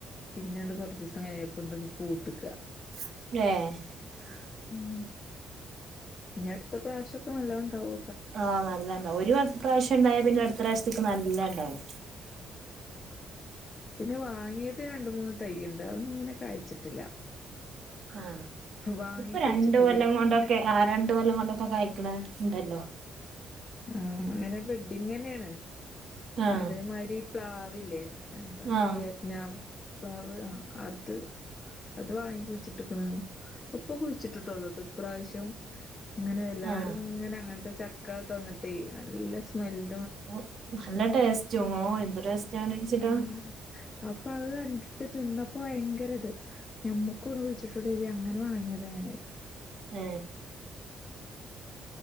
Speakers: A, on the left (about 35°); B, on the right (about 60°).
A: പിന്നണ്ട് കൊറച്ചീസം കഴിഞ്ഞപ്പണ്ട് പൂത്ത്ക്ക.
B: ഏ <inaudible>
A: ഉം ഇനി അടുത്ത പ്രാവശ്യക്കെ നല്ലോണ്ടാവും.
B: ആഹ് നല്ലണ്ടാവും ഒരു പ്രാവശ്യണ്ടായ പിന്നെ അടുത്ത പ്രാവശ്യത്തേക്ക് നല്ല ഉണ്ടാവും.
A: പിന്നെ വാങ്ങിയത് രണ്ട് മൂന്ന് തയ്യ്ണ്ട് അതൊന്നും പിന്നെ കായ്ച്ചിട്ടില്ല
B: ആ
A: വാങ്ങി
B: ഇപ്പൊ
A: കുഴിച്ചിട്ടത്
B: രണ്ട് കൊല്ലം കൊണ്ടൊക്കെ ആ രണ്ട് കൊല്ലം കൊണ്ടൊക്കെ കായ്ക്കണ ണ്ടല്ലോ
A: ആ അങ്ങനെ ബെഡ്ഡിങ് തന്നെയാണ്
B: ആഹ്
A: അതേമാതിരി പ്ലാവില്ലേ? എന്താണ്
B: ആഹ്
A: വിയറ്റ്നാം പ്ലാവ് ആഹ് അത് അത് വാങ്ങി കുഴിച്ചിട്ടിക്ക്ണ് ഇപ്പൊ കുഴിച്ചിട്ടിട്ടോള്ളൂ ട്ടോ ഇപ്രാവശ്യം. ഇങ്ങനെ എല്ലാരും
B: ആഹ്
A: ങ്ങനെ അങ്ങനത്തെ ചക്ക തന്നിട്ടേയ് നല്ല സ്മെല്ല്!
B: ഓ നല്ല ടേസ്റ്റ് എന്ത് ടേസ്റ്റാന്നിച്ചിട്ടാ!
A: ആ അപ്പൊ അത് കണ്ടിട്ട് തിന്നപ്പോ ഭയങ്കര ഇത് ഞമ്മുക്കൊന്ന് കുഴിച്ചിട്ടുടെ ഇത് അങ്ങനെ വാങ്ങിയത ഞാനാ അത്-
B: ഏ